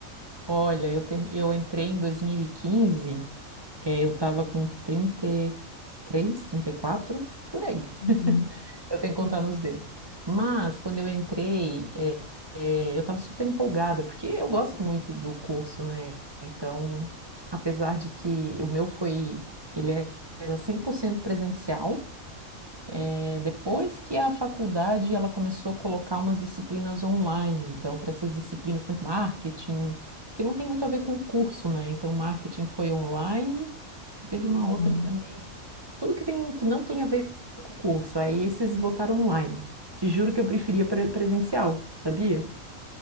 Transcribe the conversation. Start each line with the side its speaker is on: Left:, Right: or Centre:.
Right: Olha, eu, ter... eu entrei em 2015, eh, eu tava com trinta, trinta três, trinta e quatro, por aí.
Left: Uhum,
Right: <laughs> Eu tenho que contar
Left: sim.
Right: nos dedos. Mas, quando eu entrei, eh, eh, eu estava super empolgada, porque eu gosto muito do curso, né? Então, apesar de que o meu foi, ele é- era 100% presencial, É, depois que a faculdade ela começou a colocar umas disciplinas online, então para essas disciplinas, por exemplo, marketing, que não tem muito a ver com o curso, né? Então marketing foi online, teve uma
Left: Uhum.
Right: outra também. Tudo que tem que não tem a ver com o curso, aí esses botaram online. Te juro que eu preferia pre- presencial, sabia?